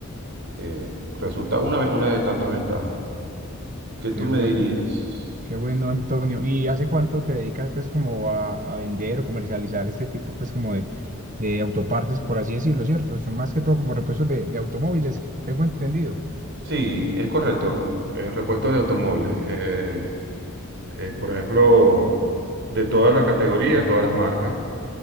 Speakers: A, on the right (about 55°); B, on the right (about 35°).
A: eh, resulta una, ve- una de tantas ventajas. ¿Qué tú
B: Qué
A: me
B: bueno,
A: dirías?
B: qué bueno, Antonio. ¿Y hace cuánto te dedicas pues como a, a vender o comercializar este tipo pues como de, de autopartes, por así decirlo, ¿cierto? Son más que todo como repuestos de, de automóviles, tengo entendido.
A: Sí, es correcto. eh, repuesto de automóviles. eh, eh, por ejemplo, de todas las categorías, todas las marcas.